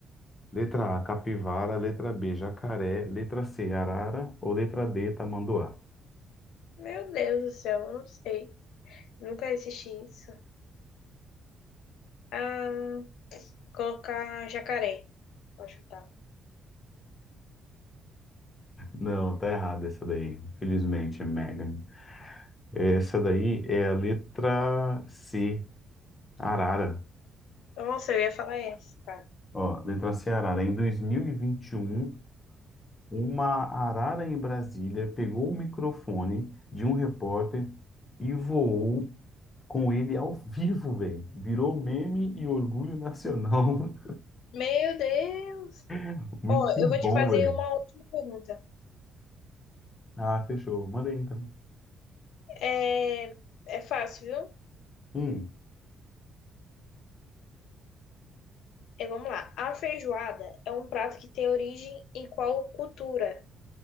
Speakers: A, on the left; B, on the left.
A: Letra A, capivara. Letra B, jacaré. Letra C, arara. Ou letra D, tamanduá?
B: Meu Deus do céu, eu não sei. Nunca assisti isso. Ah, colocar jacaré. Vou chutar.
A: Não, tá errado essa daí. Infelizmente, Megan. Essa daí é a letra C, arara.
B: Nossa, eu ia falar essa, cara.
A: Ó, letra C, arara. Em 2021. Uma arara em Brasília pegou o microfone de um repórter e voou com ele ao vivo, velho. Virou meme e orgulho nacional.
B: Meu Deus!
A: <laughs> Muito
B: Ó, eu vou
A: bom,
B: te fazer
A: velho.
B: uma última pergunta.
A: Ah, fechou. Manda aí então.
B: É, é fácil, viu?
A: Hum,
B: É, vamos lá. A feijoada é um prato que tem origem em qual cultura?